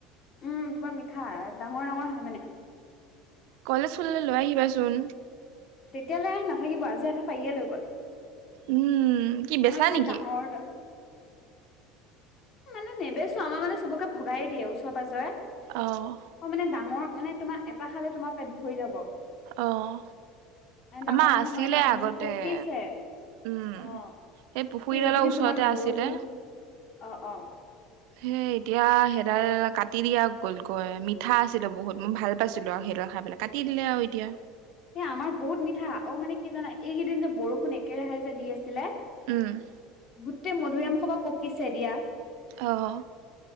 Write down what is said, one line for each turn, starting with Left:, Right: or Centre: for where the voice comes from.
Left: উম তোমাৰ মিঠা ডাঙৰ ডাঙৰ হয় মানে
Right: কলেজ খুলিলে লৈ আহিবাচোন।
Left: তেতিয়ালৈ নাথাকিব আজি আধা পাৰিয়ে লৈ গ'ল,
Right: উম কি বেচা
Left: মানে তোমাৰ
Right: নেকি
Left: ডাঙৰ মানে নেবেচো আমাৰ মানে চবকে ভগাই দিয়ে ওচৰে পাজৰে
Right: অঁ
Left: অঁ মানে ডাঙৰ মানে তোমাৰ এটা খালে তোমাৰ পেট ভৰি যাব
Right: আহ
Left: মানে ডাঙৰ
Right: আমাৰ
Left: ডাঙৰ
Right: আছিলে
Left: হয় ন মানে
Right: আগতে।
Left: পকিছে
Right: উম,
Left: অ
Right: সেই পুখুৰীডালৰ
Left: এই এইকেইদিন
Right: ওচৰতে
Left: তোমাৰ বৰষুণ
Right: আছিলে।
Left: অ অ।
Right: হে এতিয়া সেইডাল কাটি দিয়া গ'লগৈ মিঠা আছিলে বহুত মই ভাল পাইছিলো আৰু সেইডাল খাই পেলাই কাটি দিলে আৰু এতিয়া
Left: এই আমাৰ বহুত মিঠা, অ মানে কি জানা এইকেইদিন যে বৰষুণ একেৰাহে যে দি আছিলে।
Right: উম।
Left: গোটেই মধুৰিআম সোপা পকিছে দিয়া।
Right: অঁ।